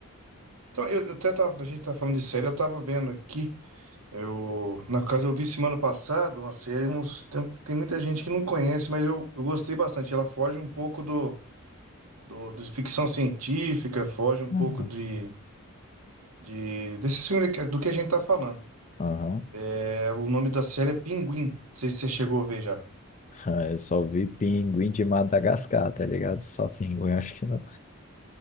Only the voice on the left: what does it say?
Uhum.
Aham.
<laughs> Eu só vi Pinguim de Madagascar, tá ligado? Só Pinguim, <laughs> acho que não.